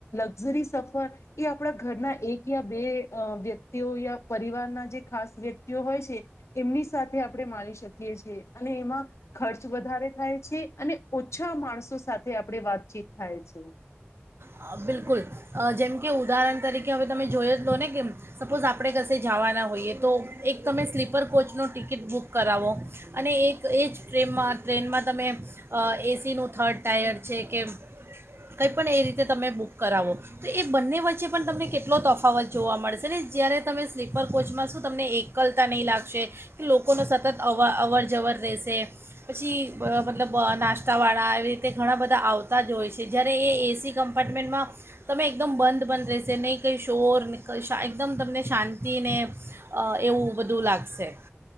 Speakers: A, on the left; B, on the right.
A: જરી સફર એ આપણા ઘરના એક યા બે વ્યક્તિઓ યા પરિવારના જે ખાસ વ્યક્તિઓ હોય છે એમની સાથે આપણે માણી શકીએ છીએ અને એમાં ખર્ચ વધારે થાય છે અને ઓછા માણસો સાથે આપણે વાતચીત થાય છે
B: અ, બિલકુલ જેમ કે ઉદાહરણ તરીકે હવે તમે જોઈ જ લો ને કે સપોઝ આપણે કસે જવાના હોઈએ તો એક તમે સ્લીપર કોચનો ટિકિટ બુક કરાવો અને એક એ જ ટ્રેનમાં ટ્રેનમાં તમે અ એસી નું થર્ડ ટાયર છે કે કંઈ પણ એ રીતે તમે બુક કરાવો તો એ બંને વચ્ચે પણ તમને કેટલો તફાવત જોવા મળશે ને જ્યારે તમે સ્લીપર કોચમાં શું તમને એક કલતા નહીં લાગશે કે લોકોનો સતત અવ અવર જવર રહેશે પછી મતલબ નાસ્તાવાળા આવી રીતે ઘણા બધા આવતા જ હોય છે જ્યારે એ એસી કમ્પાર્ટમેન્ટમાં તમે એકદમ બંધ પણંધ રહેશે નહીં કંઈ શોરા એકદમ તમને શાંતિને અ એવું બધું લાગશે